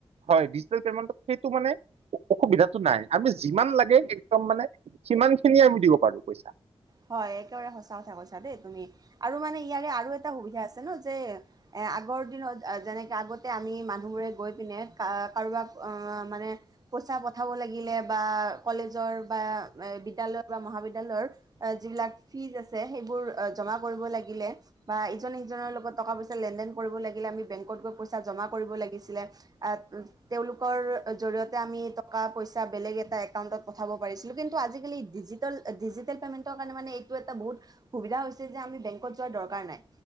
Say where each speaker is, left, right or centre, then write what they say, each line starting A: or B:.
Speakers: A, on the right; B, on the right.
A: হয় ডিজিটেল পেমেণ্টত সেইটো মানে অ-অসুবিধাটো নাই, আমি যিমান লাগে একদম মানে সিমান খিনি আমি দিব পাৰো, পইচা।
B: হয় একেবাৰে সঁচা কথা কৈছা দেই তুমি আৰু মানে ইয়াৰে আৰু এটা সুবিধা আছে ন যে এ আগৰ দিনত আ যেনেকে আগতে আমি মানুহবোৰে গৈ পিনে কা- কাৰোবাক আ-মানে পইচা পঠাব লাগিলে বা কলেজৰ বা এ বিদ্যালয় বা মহাবিদ্যালৰ আ যিবিলাক ফিজ আছে, সেইবোৰ আ জমা কৰিব লাগিলে বা ইজনে সিজনৰ লগত টকা পইচা লেনদেন কৰিব লাগিলে আমি বেংকত গৈ পইচা জমা কৰিব লাগিছিলে, আ উ তেওঁলোকৰ জৰিয়তে আমি টকা পইচা বেলেগ এটা একাউণ্টত পঠাব পাৰিছিলো কিন্তু আজি কালি ডিজিটেল, ডিজিটেল পেমেণ্ট ত' কাৱণে মানে এইটো এটা বহুত সুবিধা হৈছে যে আমি বেংকত যোৱাৰ দৰকাৰ নাই।